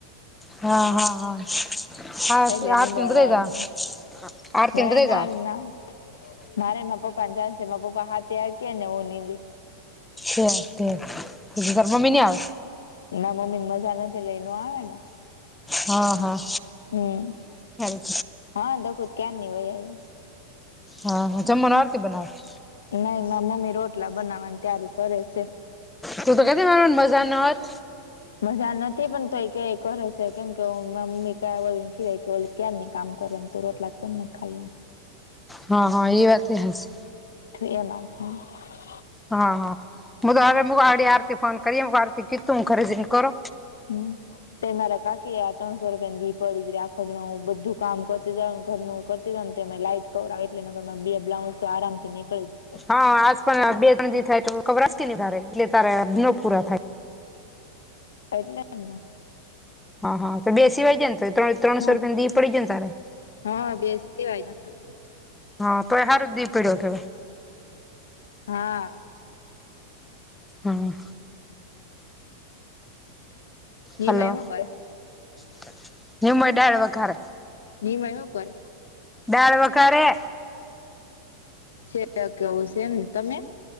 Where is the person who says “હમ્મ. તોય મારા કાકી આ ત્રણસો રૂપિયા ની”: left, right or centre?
Left